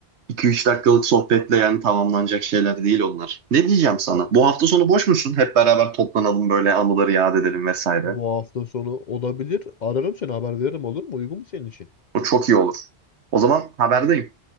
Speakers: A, on the right; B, on the left.
A: 2 üç dakikalık sohbetle yani tamamlanacak şeyler değil onlar. Ne diyeceğim sana?
B: Sana.
A: Bu hafta sonu boş musun? Hep beraber toplanalım böyle anıları yad edelim vesaire.
B: Bu hafta sonu olabilir. Ararım seni haber veririm olur mu? Uygun mu senin için?
A: O çok iyi olur. O zaman haberdeyim.